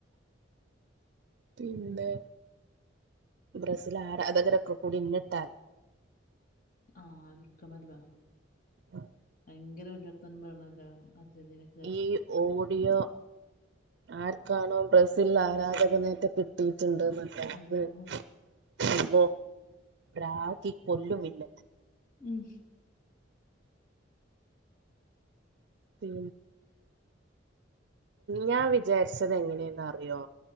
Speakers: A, on the right; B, on the left.
A: പിന്നെ ബ്രസീൽ ആരാധകരൊക്കെ കൂടി ഇന്നെട്ട
B: ആഹ് അൽക്കണല്ലോ.
A: ആഹ്
B: ഭയങ്കര വല്യർത്താനം പറയണല്ലോ അർജന്റീന
A: ഈ ഓഡിയോ ആര്ക്കാണോ ബ്രസീൽ ആരാധകനറ്റെ കിട്ടിയിട്ടിണ്ട് ന്ന് അത്
B: അള്ളാ
A: <unintelligible> പ്രാകി കൊല്ലും പിന്നെ
B: ഉം
A: പി ഞാൻ വിചാര്ച്ചത് എങ്ങനേന്ന് അറിയോ?